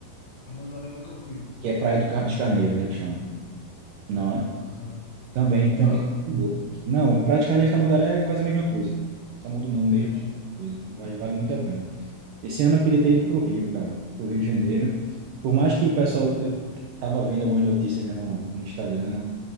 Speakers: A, on the left; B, on the right.
A: Tamandaré eu nunca fui.
B: que é Praia do Ca- dos Carneiros, né, que chama. Não, né?
A: Aham.
B: Também, também
A: Hã?
B: é muito boa. Não, Praia dos Carneiros e Tamandaré é quase a mesma coisa. Só muda o nome
A: Entendi,
B: mesmo. Coisa. Vale, vale muito a pena. Esse ano eu queria ter ido para o Rio, cara, para o Rio de Janeiro. Por mais que o pessoal, eu tava vendo algumas notícias, né, no, no Instagram,